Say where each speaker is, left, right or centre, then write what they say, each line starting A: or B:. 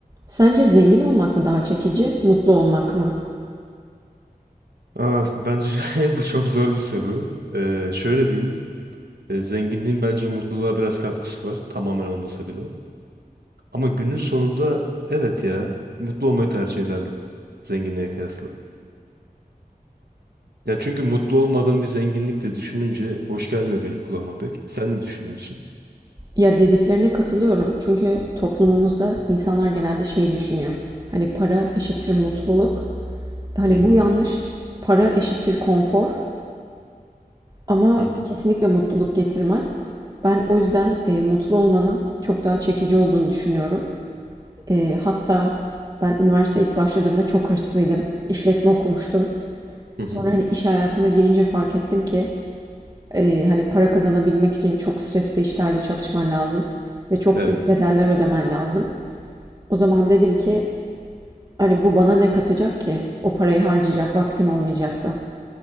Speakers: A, on the right; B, on the right.
A: Sence zengin olmak mı daha çekici, mutlu olmak mı?
B: Aa, bence <laughs> bu çok zor bir soru. Ee, şöyle diyeyim. e, zenginliğin bence mutluluğa biraz katkısı var. Tamamen olmasa bile. Ama günün sonunda evet ya mutlu olmayı tercih ederdim. Zenginliğe kıyasla. Ya çünkü mutlu olmadığım bir zenginlik de düşününce hoş gelmiyor benim kulağıma pek. Sen ne düşünüyorsun?
A: Ya dediklerine katılıyorum çünkü toplumumuzda insanlar genelde şey düşünüyor. Hani para eşittir mutluluk. Hani
B: Hı hı.
A: bu yanlış. Para eşittir konfor ama
B: Hı hı.
A: kesinlikle mutluluk getirmez. Ben o yüzden e, mutlu olmanın çok daha çekici olduğunu düşünüyorum. E, hatta ben üniversiteye ilk başladığımda çok hırslıydım. İşletme okumuştum.
B: Hı
A: Sonra
B: hı.
A: hani iş hayatına girince fark ettim ki Eee, hani para kazanabilmek için çok stresli işlerde çalışman lazım ve çok
B: Evet.
A: büyük bedeller ödemen lazım. O zaman dedim ki hani bu bana ne katacak ki? O parayı harcayacak vaktim olmayacaksa.